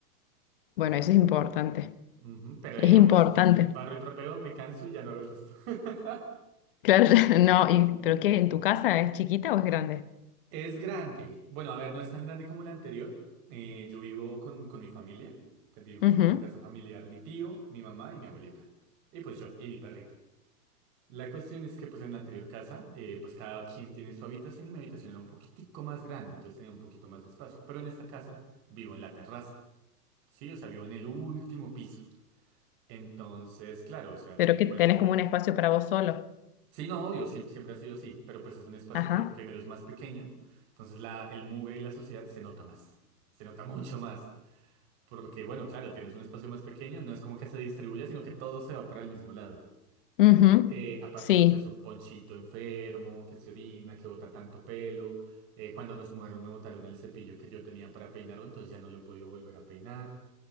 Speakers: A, on the left; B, on the right.
A: Bueno, eso es importante,
B: Ujú, Pero
A: es
B: digamos,
A: importante.
B: barro y trapeo, me canso y ya no hago el resto. <laughs>
A: Claro, <laughs> no, y, pero ¿qué? ¿En tu casa es chiquita o es grande?
B: Es grande. Bueno, a ver, no es tan grande como la anterior. Eh, yo vivo con, con mi familia. Te- Vivimos
A: Ujú.
B: en una casa familiar, mi tío, mi mamá y mi abuelita. Y pues yo y mi perrito. La cuestión es que pues en la anterior casa, eh, pues cada quien tiene su habitación y mi habitación era un poquitico más grande, entonces tenía un poquito más de espacio. Pero en esta casa vivo en la terraza, ¿sí? O sea, vivo en el último piso. Entonces, claro, o sea,
A: Pero
B: ten en
A: que
B: cuenta.
A: tenés como un espacio para vos solo.
B: Sí, no, obvio, siem- siempre ha sido así, pero pues es un espacio
A: Ajá.
B: que primero es más pequeño, entonces la, el mugre y la suciedad se nota más, se nota mucho más. Porque, bueno, claro, tienes un espacio más pequeño, no es como que se distribuya, sino que todo se va para el mismo lado.
A: Ujú.
B: Eh, aparte,
A: Sí.
B: pues eso, Ponchito enfermo, que se orina, que bota tanto pelo. Eh, cuando nos mudaron me botaron el cepillo que yo tenía para peinarlo, entonces ya no lo he podido volver a peinar.